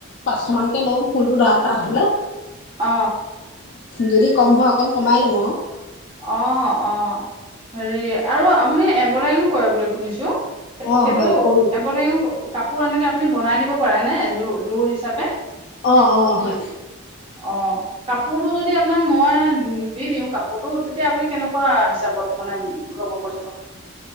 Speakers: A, on the left; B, on the right.
A: পাঁচশ মানকে লওঁ ফুলটো ডাঠ ডাঠ হ'লে
B: অ
A: যদি কম হয় অকণ কমাই লওঁ আৰু
B: অ অ হেৰি আৰু আপুনি এম্বদাৰীও কৰে বুলি শুনিছো
A: অ
B: সেইটো
A: হয় কৰো।
B: এম্বদাৰী ও কাপোৰ এনেকে আপুনি বনাই দিব পাৰে নেযোৰ জোৰ হিচাপে
A: অ অ হয়
B: অ কাপোৰটো যদি আপোনাক মই দি দিওঁ কাপোৰটো তেতিয়া আপুনি কেনেকুৱা হিচাপত মানে ল'ব পইচাটো